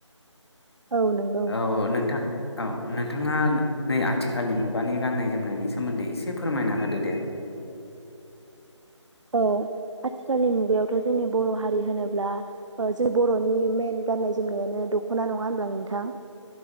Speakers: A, on the right (about 70°); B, on the left (about 55°).
A: औ नंगौ
B: औ नोंथां। औ नोंथाङा नै आथिखालनि मुगानि गाननाय जोमनायनि सोमोन्दै एसे फोरमायना होदो दे।
A: अ आथिखालनि मुगायावथ जोंनि बर' हारि होनोब्ला जों बरनि मेन गाननाय जोमनायानो द'खना नङा होमब्ला नोंथां।